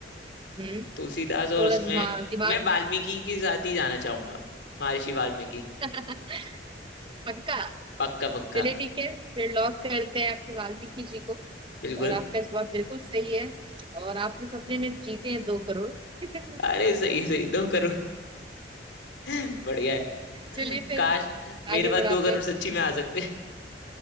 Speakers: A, on the right; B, on the left.
A: हम्म
B: तुलसीदास और
A: थोड़ा
B: उसमें
A: दिमाग दिमाग
B: मैं वाल्मीकि के साथ ही जाना चाहूंगा महर्षि वाल्मीकि
A: <laughs> पक्का
B: पक्का पक्का
A: चलिए ठीक है फिर लॉक करते हैं आपके वाल्मीकि जी को
B: बिल्कुल
A: और आपका जवाब बिल्कुल सही है और आप इस सपने में जीते हैं दो करोड़ <laughs>
B: अरे सही है, सही दो करोड़ <laughs> बढ़िया है
A: चलिए फिर
B: काश मेरे
A: आगे
B: पास
A: बढ़ाते
B: दो करोड़
A: हैं
B: सच्ची में आ सकते हैं।